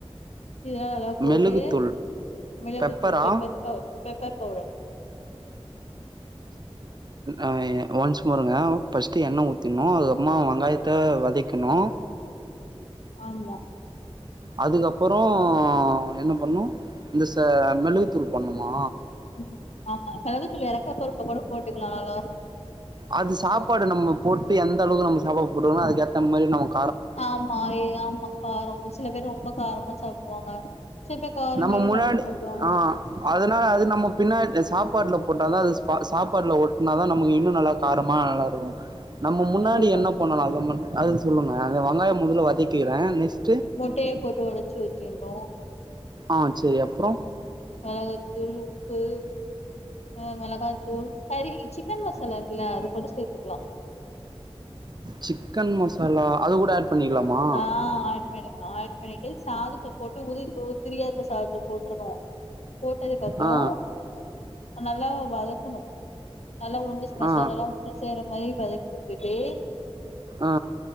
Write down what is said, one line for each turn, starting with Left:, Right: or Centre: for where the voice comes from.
Left: இத எல்லா போட்டு
Right: மெழுகுத்தூள்
Left: மிளகுத்தூள்
Right: பெப்பரா
Left: பெப்பர் பவ் பெப்பர் பவுடர்
Right: ஆ ய ஒன்ஸ் மோருங்க ஃபஸ்ட்டு எண்ண ஊத்திக்ணூ அதுக்கப்பமா வெங்காயத்த வதக்கிணூ
Left: ஆம்மா
Right: அதுக்கப்றோ என்ன பண்ணூ இந்த ச மெளகுத்தூள் போட்ணுமா
Left: ம் ஆமா கருவேப்பில எறக்கப்றோ கூட போட்டுக்கலா நல்லாருக்கூ
Right: அது சாப்பாடு நம்ம போட்டு எந்தளவுக்கு நம்ம சாப்பாடு போட்டுக்கணு அதுக்கேத்த மாரி நமக்
Left: ஆமா ஏ ஆமா காரோ சில பேர் ரொம்பக் காரமா சாப்டுவாங்க சில பேர் காரமே
Right: நம்ம
Left: இல்லாம
Right: முன்னாடி
Left: சாப்டுவாங்க
Right: ஆ அத்னால அது நம்ம பின்னாட் ஆ சாப் பாட்ல போட்டாலூ அது ஸ்பா சாப்பாட்ல ஒட்னாதா நமக்கு இன்னூ நல்லா காரமா நல்லாருக்கூ நம்ம முன்னாடி
Left: கண்டிப்பா
Right: என்ன பண்ணனூ அத மண்ண அது சொல்லுங்க அந்த வெங்காயோ முதல வதைக்கிறே நெக்ஸ்ட்
Left: முட்டைய போட்டு ஒடச்சு ஊத்திர் ணோ
Right: ஆ செரி அப்றோ
Left: மெளகுத்தூள் உப்பு ஆ மெளகாத்தூள் கறி சிக்கன் மசாலா இருக்குல்ல அது கூட சேத்துக்லா
Right: சிக்கன் மசாலா அது கூட ஆட் பண்ணிக்கலாமா
Left: ஆ ஆட் பண்ணிக்லா ஆட் பண்ணிட்டு சாதத்த போட்டு உதிர் உதிரியா க சாதத்த போட்ருவோ போட்டதுக்கப்றோ
Right: ஆ
Left: நல்லா வதக்கணூ நல்லா ஒண்டு மசாலாலா
Right: ஆ
Left: ஒண்டு சேர்ற மாரி வதக் தூக்கிட்டு
Right: ஆ